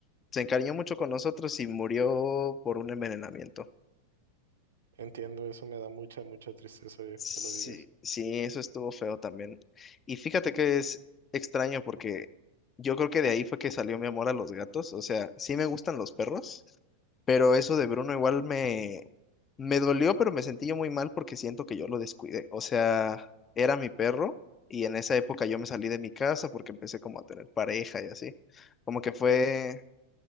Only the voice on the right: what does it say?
Entiendo, eso me da mucha, mucha tristeza, viejo,
que lo digas.
Sí.